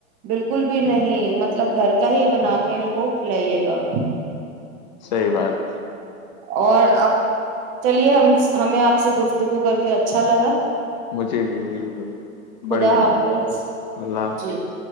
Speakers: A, on the right; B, on the left.
A: بالکل بھی نہیں م مطلب گھر کا ہی بنا کے کہ ان کو کھلائیے گا
B: صی بات
A: اور آپ چلیے ہم ہمیں آپ سے گفتگو کر کے اچھا لگا
B: مجھے بھی بالکل بالکل بڑھیا
A: خدا حافظ
B: اللہ حافظ
A: جی